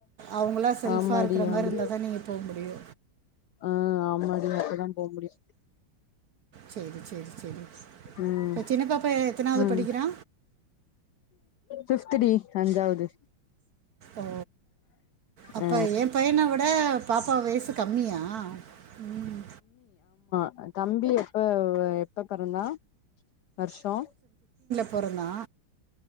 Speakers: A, on the right (about 60°); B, on the left (about 75°).
A: அவங்களா செல்ஃபா
B: ஆமாடி
A: இருக்ற மாரி
B: ஆம்
A: இருந்தா தா நீங்க போ முடியு,
B: ஆ, ஆமாடி அப்பதா போ முடியு
A: செரி செரி செரிங்க சிஸ்
B: ம்
A: ப சின்னப் பாப்பா எ எத்தனாவுது
B: ம்
A: படிக்கிறா
B: பீஃப்த் டி அஞ்சாவுது
A: ஓ அப்ப
B: அ
A: எ பையன விடே பாப்பா வயிஸ்சு கம்மியா ம்
B: ஆ தம்பி எத் பாவு எப்ப பெறந்தா வர்ஷோ
A: பொறந்தா